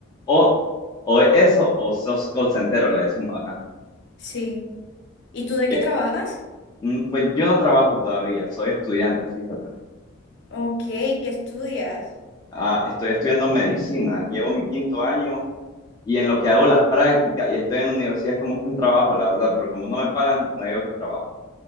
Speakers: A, on the left; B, on the left.
A: O, o es eso o sos call centero, le decimos acá.
B: Sí. ¿Y tú de
A: Que,
B: qué trabajas?
A: mm, pues yo no trabajo todavía, soy estudiante, fíjate.
B: Ok, ¿qué estudias?
A: Ah, estoy estudiando medicina, llevo mi quinto año y en lo que hago las prácticas y estoy en la universidad es como que un trabajo, la verdad, pero como no me pagan, no digo que es trabajo.